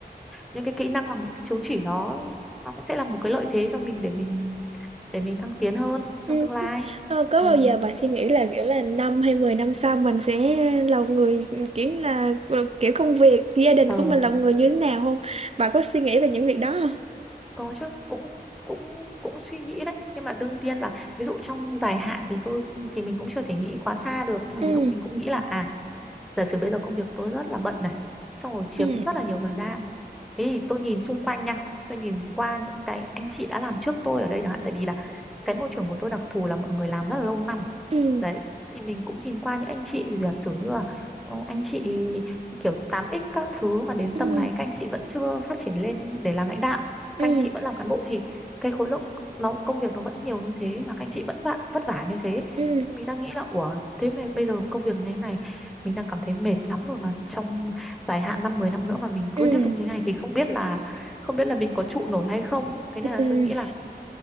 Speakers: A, in the centre; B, on the right.
A: những cái kỹ năng hoặc những cái chứng chỉ đó nó cũng sẽ là một cái lợi thế cho mình để mình để mình thăng tiến hơn
B: Ừ.
A: trong tương lai
B: Ờ, có
A: ừ.
B: bao giờ bà suy nghĩ là kiểu là năm hay 10 năm sau mình sẽ lòng người kiểu như là ờ, kiểu công việc gia đình
A: ờ
B: của mình lòng người như thế nào không? Bà có suy nghĩ về những việc đó không?
A: có chứ cũng cũng cũng suy nghĩ đấy nhưng mà đương nhiên là ví dụ trong dài hạn thì tôi thì mình cũng chưa thể nghĩ quá xa được nhưng mà
B: ừ
A: ví dụ mình cũng nghĩ là à giả sử bây giờ công việc của tôi rất là bận này xong rồi chiếm
B: ừ
A: rất là nhiều thời gian thế thì tôi nhìn xung quanh nha tôi nhìn qua những cái anh chị đã làm trước tôi ở đây chẳng hạn tại vì là cái môi trường của tôi đặc thù là mọi người làm rất là lâu năm
B: Ừ,
A: đấy thì mình cũng nhìn qua những anh chị giả sử như là ờ, anh chị kiểu tám x các thứ mà đến
B: ừ,
A: tầm này các anh chị vẫn chưa phát triển lên để làm lãnh đạo
B: ừ,
A: các anh chị vẫn làm cán bộ thì cái khối lượng nó công việc nó vẫn nhiều như thế và các anh chị vẫn vạ, vất vả như thế
B: ừ,
A: thì mình đang nghĩ là ủa thế mà bây giờ công việc như thế này mình đang cảm thấy mệt lắm rồi mà trong dài hạn năm 10 năm nữa mà mình cứ
B: ừ,
A: tiếp tục như thế này thì không biết là không biết là mình có trụ nổi hay không thế
B: ừ,
A: nên là tôi nghĩ là